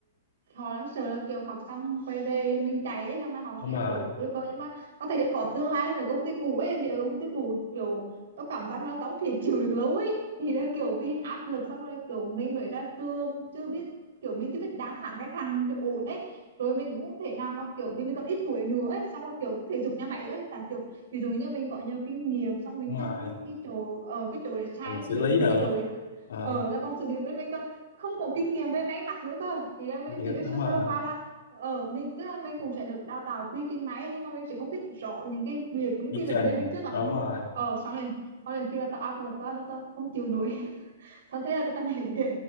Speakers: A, on the right (about 75°); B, on the left (about 80°).
A: họ đang sợ là kiểu học xong quay về mình chạy ấy xong rồi họ
B: đúng
A: sẽ
B: rồi
A: kiểu yêu cầu nhưng mà có thể có tương lai hơn ở công ty cũ ấy vì ở công ty cũ kiểu tao cảm giác là tao thì <laughs> chịu được lâu ấy thì là kiểu vì áp lực xong rồi kiểu mình mới ra trường chưa biết kiểu mình chưa biết đáng phản khách hàng cho ổn đấy rồi mình cũng không thể nào mà kiểu vì mình còn ít tuổi nữa ấy xong rồi kiểu thể dục nhà mày đấy tại kiểu ví dụ như mình có nhiều kinh nghiệm xong mình
B: đúng
A: biết
B: rồi
A: cái chỗ ở cái chỗ để sai
B: mình xử
A: cái chỗ
B: lý
A: đúng
B: được
A: cái chỗ để
B: Ờ,
A: ở là còn sự nghiệp với mình còn không có kinh nghiệm về máy mặc nữa cơ ý là mình
B: vậy-
A: chỉ biết
B: đúng
A: sơ sơ
B: rồi
A: qua là ở mình tức là mình cũng sẽ được đào tạo quy trình máy nhưng mà mình sẽ không biết rõ những cái việc những
B: quy
A: cái vấn
B: trình
A: đề mình trước gặp
B: đúng
A: mình
B: rồi
A: ở xong rồi có lần khi là tao áp lực quá tao tao không chịu nổi <laughs> xong thế là tao nhảy việc